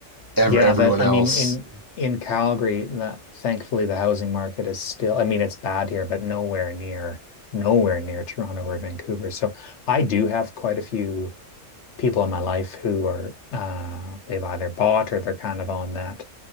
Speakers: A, on the right; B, on the left.
A: ev-
B: Yeah,
A: everyone
B: that I
A: else,
B: mean in in Calgary, the, thankfully the housing market is still I mean it's bad here, but nowhere near nowhere near Toronto or Vancouver. So I do have quite a few people in my life who are uh, they've either bought or they're kind of on that